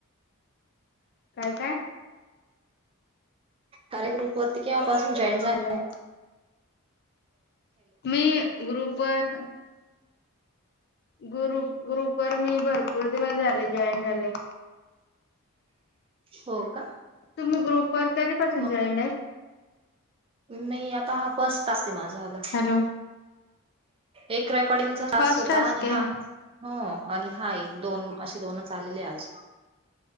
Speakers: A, on the left; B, on the right.
A: काय काय
B: या ग्रुप वरती किव्हापासून जॉईन झाल्या.
A: हॅलो मी ग्रुप वर ग्रुप ग्रुप वर मी भरपूर दिवस झाले जॉईन झाले.
B: हो का
A: तुम्ही ग्रुप वर्क कधीपासून
B: मग
A: जॉईंड आहे.
B: मी आता हा फर्स्ट पाास आहे माझाला
A: हॅलो
B: एक रेकॉर्डिंगचा तास
A: फर्स्ट
B: होता
A: टास्क
B: आणि
A: आहे
B: हा हो आणि हा एक दोन असे दोनच आलेले आज